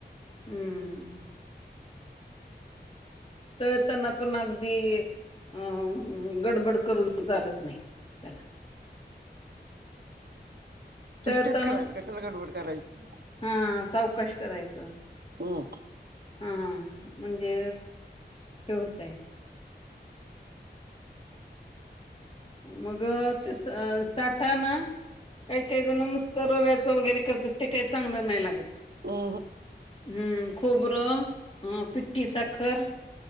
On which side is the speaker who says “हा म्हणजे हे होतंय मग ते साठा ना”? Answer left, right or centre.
Left